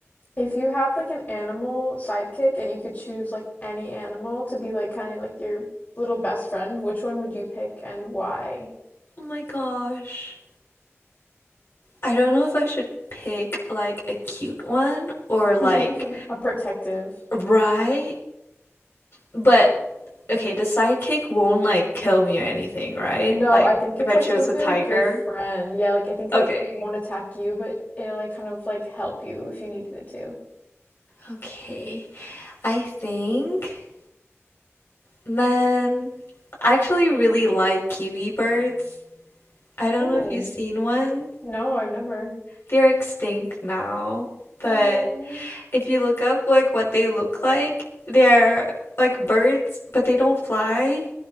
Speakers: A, on the left; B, on the left.
A: If you had like an animal sidekick and you could choose like any animal to be like kind of like your little best friend, which one would you pick and why?
B: Oh my gosh. I don't know if I should pick like a cute one or
A: <laughs>
B: like
A: A protective.
B: right, but okay, the sidekick won't like kill me or anything, right?
A: No,
B: Like
A: I think
B: if
A: it's
B: I chose
A: like supposed
B: a tiger.
A: to be like your friend. Yeah, like I think
B: Okay.
A: like it won't attack you, but it'll like kind of like help you if you needed it to.
B: Okay. I think, man, I actually really like kiwi birds. I don't
A: Oh.
B: know if you've seen one.
A: No, I've never.
B: They're extinct now, but
A: Oh.
B: If you look up like what they look like, they're like birds, but they don't fly